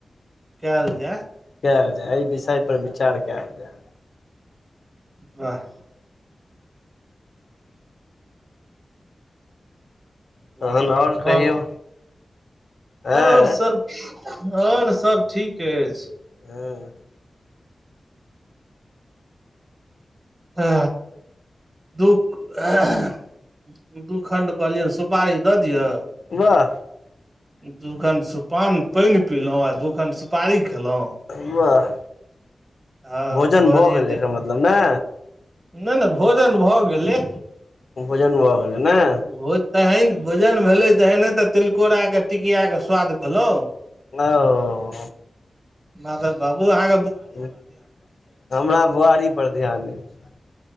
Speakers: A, on the right; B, on the left.
A: कएल जाय
B: कएल जाय एहि विषय पर विचार कएल जाय
A: वाह आओर
B: तहन कहियौ आँय
A: आओर सब आओर सब ठीक अछि
B: हँ
A: आ दु <unintelligible> दू खण्ड कहलियनि सुपारी दऽ दिअ
B: वाह
A: दू कनि पान पानि पिलहुँ आ दू खण सुपारी खेलहुँ
B: अह
A: हँ
B: भोजन
A: कहलियै
B: भऽ गेलै
A: जे
B: एकर मतलब ने
A: नहि नहि भोजन भऽ गेलै
B: भोजन भए गेलै नहि
A: भोज तहन भोजन भेलै तेने तऽ तिलकोराक के टिकियाके स्वाद भेलौ
B: ओ
A: माधव बाबू अहां
B: त हमरा बुआरी पर ध्यान अछि